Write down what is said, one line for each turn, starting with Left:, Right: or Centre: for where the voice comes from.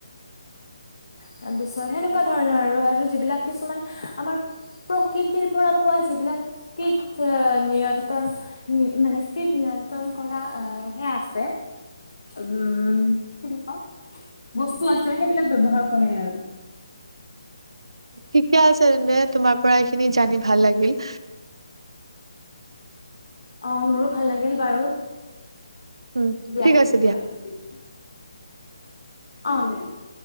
Left: তাৰপিছত সেনেকুৱা
Right: উম,
Left: ধৰণৰ আৰু আৰু যিবিলাক কিছুমান আমাৰ প্ৰকৃতিৰ পৰা পোৱা যিবিলাক কৃতহ নিয়ন্ত্ৰণ মানে স্তিত নিয়ন্ত্ৰণ কৰা সেয়া আছে উম, কি বুলি কওঁ বস্তু আছে সেইবিলাক ব্যৱহাৰ কৰে আৰু।
Right: ঠিকে আছে তেন্তে তোমাৰ পৰা এইখিনি জানি ভাল লাগিল
Left: অহ, মোৰো ভাল লাগিল বাৰু
Right: উম,
Left: দিয়া।
Right: ঠিক আছে
Left: অহ <inaudible>